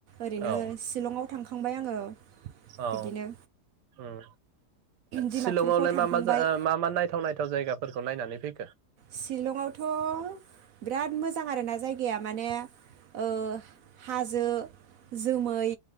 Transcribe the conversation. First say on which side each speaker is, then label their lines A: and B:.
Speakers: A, on the right; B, on the right.
A: ओरैनो
B: औ
A: शिलंआव थांखा थांबाय आङो।
B: औ
A: बिदिनो
B: उम
A: डिमापुरफ्राव
B: सिलंआवलाय
A: थांखांबाय
B: मा मा जाय ओ मा मा नायथाव नायथाव जायगाफोर अ नायनानै फै
A: सिलंआवथ' बिराद मोजां आरोना जाय गाया माने ओ हाजो जोमै